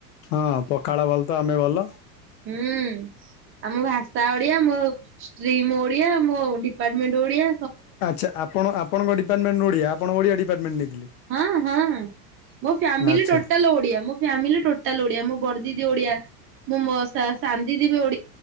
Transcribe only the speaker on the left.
ହଁ ପଖାଳ ଭଲ ତ ଆମେ ଭଲ।
ଆଚ୍ଛା ଆପଣ ଆପଣଙ୍କ ଡିପାର୍ଟମେଣ୍ଟ ଓଡ଼ିଆ ଆଣଙ୍କ ଓଡ଼ିଆ ଡିପାର୍ଟମେଣ୍ଟ ନେଇ
ଆଚ୍ଛା